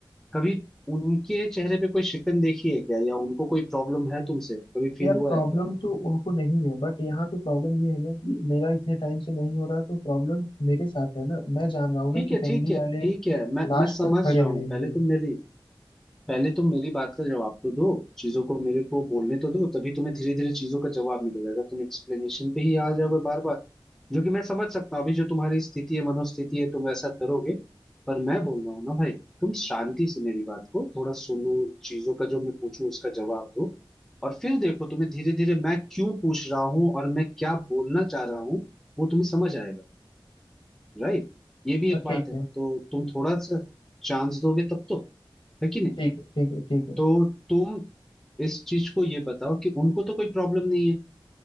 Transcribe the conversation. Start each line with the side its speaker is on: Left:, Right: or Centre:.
Centre: कभी उनके चेहरे पे कोई शिकन देखी है क्या या उनको कोई प्रॉब्लम है तुमसे कभी फील
Left: यार
Centre: हुआ
Left: प्रॉब्लम
Centre: है क्या
Left: तो उनको नहीं है बट यहाँ पे प्रॉब्लम ये है ना कि मेरा इतने टाइम से नहीं हो रहा तो प्रॉब्लम मेरे साथ है ना मैं जान रहा हूँ
Centre: ठीक
Left: ना
Centre: है
Left: कि फैमिली
Centre: ठीक है
Left: वाले
Centre: ठीक है मैं
Left: लास्ट
Centre: मैं समझ
Left: तक खड़े
Centre: रहा
Left: रहेंगे
Centre: हूँ पहले तुम मेरी पहले तुम मेरी बात का जवाब तो दो चीजों को मेरे को बोलने तो दो तभी तुम्हें धीरे धीरे चीजों का जवाब मिलेगा अगर तुम एक्सप्लेनेशन पे ही आ जाओगे बार बार जो कि मैं समझ सकता हूँ अभी जो तुम्हारी स्थिति है मनोस्थिति है तुम ऐसा करोगे पर मैं बोल रहा हूँ ना भाई तुम शांति से मेरी बात को थोड़ा सुनो चीजों का जो मैं पूछूं उसका जवाब दो और फिर देखो तुम्हें धीरे धीरे मैं क्यों पूछ रहा हूँ और मैं क्या बोलना चाह रहा हूँ वो तुम्हें समझ आएगा राइट ये भी एक
Left: हाँ
Centre: बात
Left: ठीक
Centre: है
Left: है
Centre: तो तुम थोड़ा सा चांस दोगे तब तो है कि नहीं
Left: ठीक है ठीक है ठीक है
Centre: तो तुम इस चीज को ये बताओ कि उनको तो कोई प्रॉब्लम नहीं है